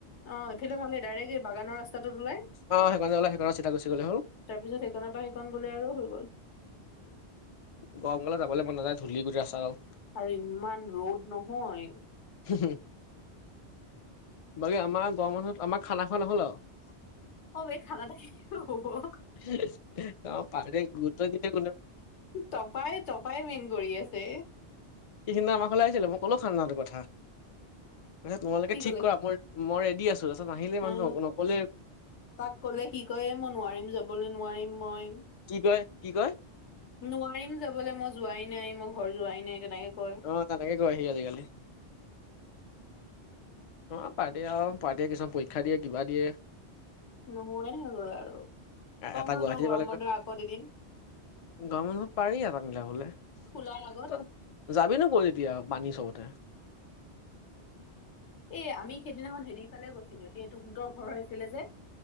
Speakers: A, on the left; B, on the left.
A: অ', এইফালে ভালেই দাৰেক্ এই বাগানৰ ৰাস্তাটোত ওলাই।
B: অ', হেইকনতে ওলাই হেইকনত চিধা গুচি গ'লে হল।
A: তাৰপিছত সেইকনৰ পৰা সেইকণ গ'লে আৰু হৈ গ'ল।
B: গৰম কালত যাবলৈ মন নাযায় ধূলি গোটেই ৰাস্তাডাল।
A: আৰু ইমান ৰ'দ নহয়।
B: হুম। বাকী আমাৰ গৰম বন্ধত আমাৰ খানা খোৱা নহ'ল আৰু।
A: অ বে খানা এটা কি হ'ব
B: আমাৰ পাৰ্টিয়ে গুৰুত্ব নিদিয়ে কোনেও।
A: তপাই-তপাই মেইন কৰি আছে।
B: সিদিনা আমাৰ ঘৰলে আহিছিলে, মই কলোঁ খানাটো কথা। কৈছে তোমালোকে
A: কি
B: ঠিক
A: ক'লে
B: কৰা
A: সি
B: মই-মই ৰেডি আছোঁ। তাৰপাছত নাহিলে
A: অ
B: মানুহ নকলে
A: তাক কলে সি কয়ে মই নোৱাৰিম যাবলৈ নোৱাৰিম মই।
B: কি কয়, কি কয়?
A: নোৱাৰিম যাবলৈ, মই যোৱাই নাই, মই ঘৰ যোৱাই নাই তেনেকে কয়।
B: অ', তেনেকে কয় সি আজিকালি। অ', পাৰ্টিয়ে আৰু পাৰ্টীয়ে কিছুমান পৰীক্ষা দিয়ে কিবা দিয়ে।
A: নোহোৱাই হৈ গ'ল আৰু। কম
B: এটা
A: ৰ
B: গুৱাহাটী
A: তাক গৰম
B: পালেগৈ
A: বন্ধত আকৌ এদিন।
B: গৰম বন্ধত পাৰি এটা মিলাবলে।
A: খোলাৰ আগত
B: ত যাবি নো ক'ত এতিয়া, পানী চবতে?
A: এ আমি সেইদিনাখন হেৰিফালে গৈছিলোঁ, এই তহঁতৰ ঘৰৰ হৈছিলে যে।